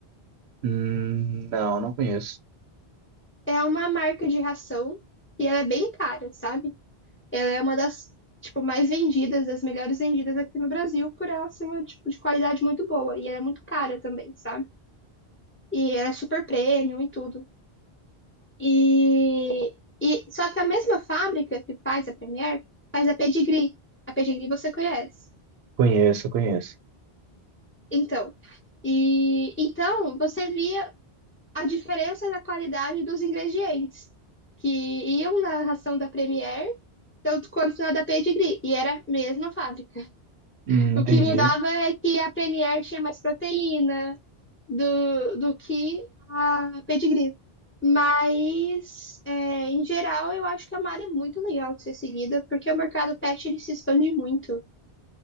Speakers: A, on the right; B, on the left.
A: Hum, não, não conheço.
B: É uma marca de ração e ela é bem cara, sabe? Ela é uma das, tipo, mais vendidas, das melhores vendidas aqui no Brasil, por ela ser uma, tipo, de qualidade muito boa. E ela é muito cara também, sabe? E ela é super premium e tudo. E, e só que a mesma fábrica que faz a Premier faz a Pedigree. A Pedigree você conhece.
A: Conheço, conheço.
B: Então, e então você via a diferença da qualidade dos ingredientes que iam na ração da Premier, tanto quanto na da Pedigree, e era a mesma fábrica. <laughs>
A: Hum,
B: O
A: entendi.
B: que mudava é que a Premier tinha mais proteína, do, do que a pedigree. Mas, é, em geral, eu acho que a uma é muito legal de ser seguida, porque o mercado pet ele se expande muito.